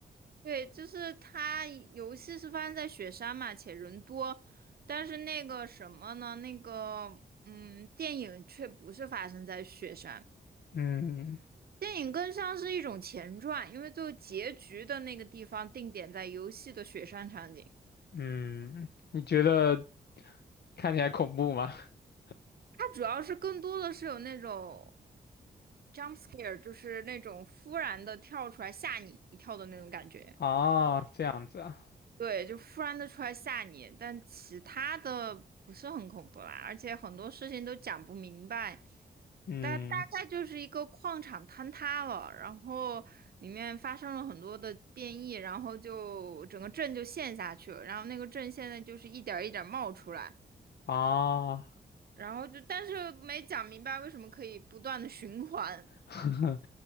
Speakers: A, on the right; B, on the left.
A: 对，就是它游戏是发生在雪山嘛，且人多，但是那个什么呢？那个嗯，电影却不是发生在雪山，
B: 嗯
A: 电影更像是一种前传，因为最后结局的那个地方定点在游戏的雪山场景，
B: 嗯，你觉得看起来恐怖吗？<laughs>
A: 它主要是更多的是有那种 jump scare，就是那种忽然的跳出来吓你一跳的那种感觉。
B: 啊，这样子啊。
A: 对，就突然的出来吓你，但其他的不是很恐怖啦，而且很多事情都讲不明白，
B: 嗯，
A: 大大概就是一个矿场坍塌了，然后里面发生了很多的变异，然后就整个镇就陷下去了，然后那个镇现在就是一点儿一点儿冒出来，
B: 啊，
A: 然后就但是没讲明白为什么可以不断的循环，
B: <laughs>